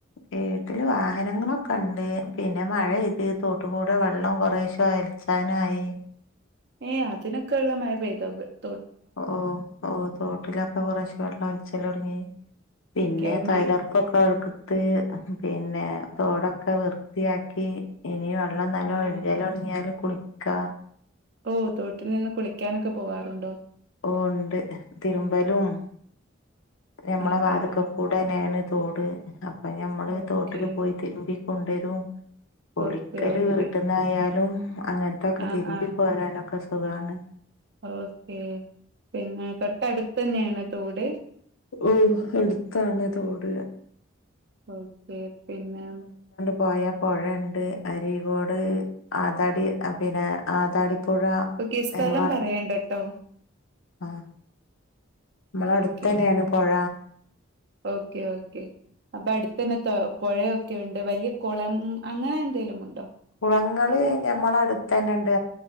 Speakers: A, on the left; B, on the right.
A: വീട്ടില് വാഹനങ്ങളൊക്കെണ്ട് പിന്നെ മഴയ്ത് തോട്ടി കൂടെ വെള്ളം കൊറേശോ അയൽച്ചാനായി
B: ഏ അതിനൊക്കെ ഉള്ള മഴ പെയ് <unintelligible>
A: ഓ ഓ തോട്ടിലൊക്കെ കുറച്ച് വെള്ളം ഒൽച്ചലൊടങ്ങി പിന്നെ
B: ഒക്കെ
A: തൊഴിലൊറപ്പൊക്കെ
B: മഴ
A: ത് പിന്നെ തോടൊക്കെ വൃത്തിയാക്കി ക്കേ ഇനി വെള്ളം നല്ലോ
B: ആഹ്
A: ഒഴ്കലൊട്ങ്ങിയാലും കുളി ക്ക
B: ഓ തോട്ടിൽ നിന്ന് കുളിക്കാനൊക്കെ പോവാറുണ്ടോ
A: ഉണ്ട് തിരുമ്പലും നമ്മളെ
B: ആഹ്
A: വാതിക്ക
B: ആഹ്
A: കൂടെന്നെയാണ് തോട് അപ്പൊ ഞമ്മള്
B: ഓക്കെ
A: തോട്ടില് പോയി തിരുമ്പി കൊണ്ടരും കുളിക്കല്
B: ഓക്കെ ഓക്കെ
A: വീട്ട്ന്നായാലും അങ്ങനത്തെക്കെ
B: ആഹ്
A: തിരുമ്പി
B: ആഹ്
A: പോരാനൊക്കെ സുഖാണ്
B: ഓക്കെ പിന്നെ തൊട്ടടുത്തന്നെയാണ് തോട്
A: ഓ അടുത്താണ്തോട്
B: ആ ക്കെ പിന്നെ
A: പോയാ പൊഴയൊണ്ട് അരീഗോട് ആ തടി പിന്നെ ആതാടി പൊഴ
B: ഓക്കെ സ്ഥലം
A: നമ്മടെ അടു
B: പറയണ്ടട്ടോ
A: ആ നമ്മടെ അടുത്തുതന്നെയാണ്
B: ഓക്കെ
A: പൊഴ
B: ഓക്കെ ഓക്കെ അപ്പൊ അടുത്ത് തന്നെ തോ പുഴയൊക്കെ ഉണ്ട് വലിയ കുളം അങ്ങനെ എന്തേലും ഉണ്ടോ
A: കുളങ്ങള് ഞമ്മള അടുത്തന്നെണ്ട്